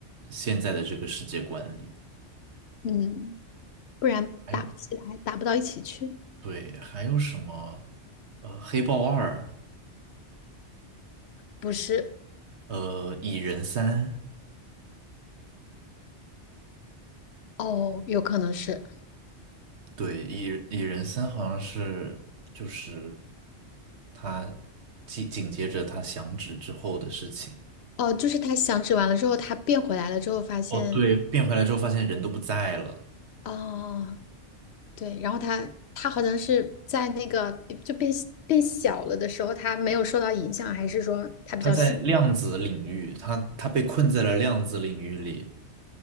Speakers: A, on the right; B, on the left.
A: 现在的这个世界观里。
B: 嗯，不然打不起来，
A: 还有
B: 打不到一起去。
A: 对，还有什么？呃，黑豹二，
B: 不是，
A: 呃，蚁人三，
B: 哦，有可能是，
A: 对，蚁蚁人三好像是就是他紧紧接着他响指之后的事情。
B: 哦，就是他响指完了之后，他变回来了之后，发现，
A: 哦，对，变回来之后发现人都不在了，
B: 哦，对，然后他他好像是在那个就变变小了的时候，他没有受到影响，还是说他比较幸运，
A: 他在量子领域，他他被困在了量子领域里。